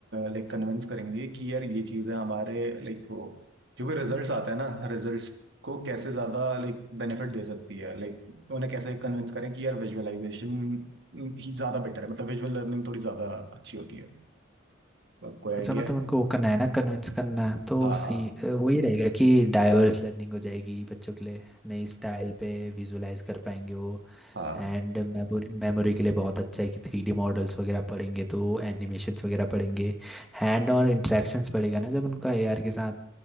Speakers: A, on the right (about 60°); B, in the centre.
A: लाइक कन्विंस करेंगे कि यार ये चीजें हमारे लाइक वो जो भी रिजल्ट्स आते हैं ना रिजल्ट्स को कैसे ज्यादा लाइक बेनिफिट दे सकती है लाइक उन्हें कैसे कन्विंस करें कि यार विजुअलाइजेशन ही ज्यादा बेटर है मतलब विजुअल लर्निंग थोड़ी ज्यादा अच्छी होती है मतलब कोई आइडिया
B: अच्छा मतलब
A: है
B: उनको वो करना है ना कन्विंस करना तो
A: हाँ
B: सी अ, वही रहेगा कि डाइवर्स लर्निंग हो जाएगी बच्चों के लिए नई स्टाइल पे विजुलाइज कर पाएंगे वो
A: हाँ
B: एंड मेमोरी मेमोरी के लिए बहुत अच्छा है कि थ्री डी मॉडल्स वगैरह पढ़ेंगे तो एनिमेशंस वगैरह पढ़ेंगे हैंड और इंट्रैक्शंस पड़ेगा ना जब उनका ए आर के साथ